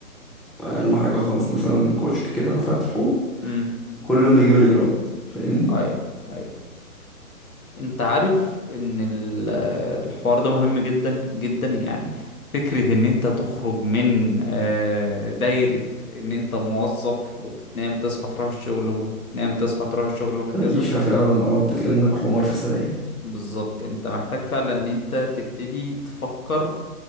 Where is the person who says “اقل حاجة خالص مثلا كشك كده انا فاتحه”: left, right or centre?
Centre